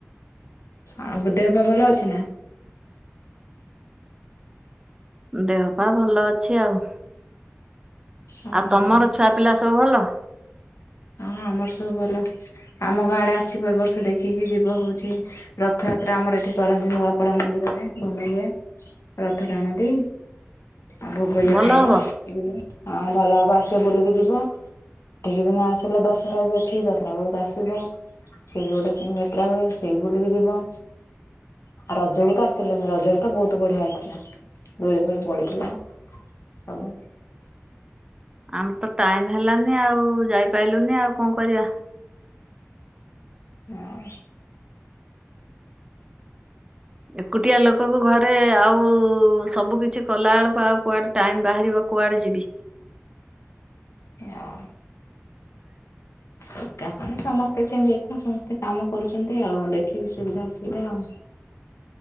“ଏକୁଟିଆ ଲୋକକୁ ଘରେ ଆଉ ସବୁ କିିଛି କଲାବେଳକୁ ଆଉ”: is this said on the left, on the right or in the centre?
Right